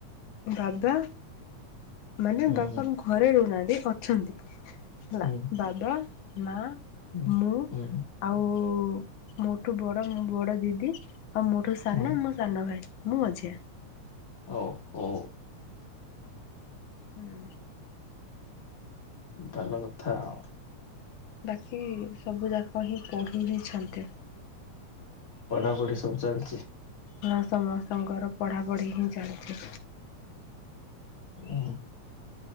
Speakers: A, on the left; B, on the left.
A: ବାବା ମାନେ
B: ହୁଁ
A: ବାବା ଘରେ ରହୁନାହାନ୍ତି ଅଛନ୍ତି ହେଲା
B: ହୁଁ
A: ବାବା ମା
B: ହୁଁ
A: ମୁଁ
B: ହୁଁ
A: ଆଉ ମୋଠୁ ବଡ ମୋ ବଡ ଦିଦି। ଆଉ ମୋଠୁ ସାନ
B: ହୁଁ
A: ମୋ ସାନ ଭାଇ ମୁଁ ମଝିଆ।
B: ଓ ହୋ
A: ହୁଁ
B: ଭଲ କଥା ଆ
A: ବାକି ସବୁ ଯାକ ହିଁ ପଢ଼ୁହିଁଛନ୍ତି।
B: ପଢ଼ାପଢ଼ି ସବୁ ଚାଲିଛି।
A: ହଁ ସମସ୍ତଙ୍କର ପଢ଼ାପଢ଼ି ହିଁ ଚାଲିଛି।
B: ଓ